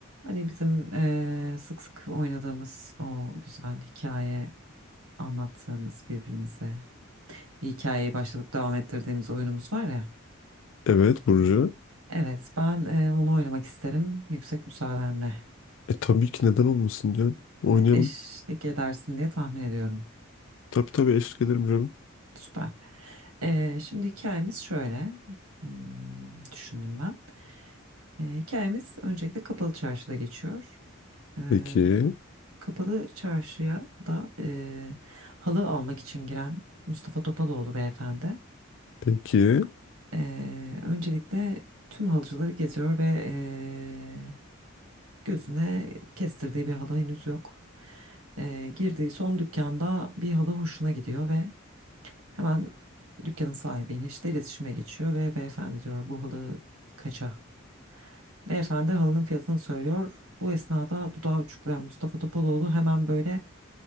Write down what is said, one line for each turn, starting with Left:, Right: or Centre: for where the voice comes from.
Right: Hani bizim eee, sık sık oynadığımız o güzel hikaye anlattığımız birbirimize bir hikayeyi başlatıp devam ettirdiğimiz oyunumuz var ya.
Left: Evet Burcu.
Right: Evet ben eee, onu oynamak isterim yüksek müsaadenle.
Left: E tabii ki neden olmasın canım. Oynayalım.
Right: Evet eşlik edersin diye tahmin ediyorum.
Left: Tabii tabii eşlik ederim canım.
Right: Süper. Eee, şimdi hikayemiz şöyle. Hmm, düşündüm ben. Eee, hikayemiz öncelikle Kapalı Çarşı'da geçiyor. Eee,
Left: Peki.
Right: Kapalı Çarşı'ya da eee, halı almak için giren Mustafa Topaloğlu beyefendi.
Left: Peki.
Right: Eee, öncelikle tüm halıcıları geziyor ve eee, gözüne kestirdiği bir halı henüz yok. Eee, girdiği son dükkanda bir halı hoşuna gidiyor ve hemen dükkanın sahibiyle işte iletişime geçiyor ve beyefendi diyor bu halı kaça? Beyefendi halının fiyatını söylüyor. Bu esnada dudağı uçuklayan Mustafa Topaloğlu hemen böyle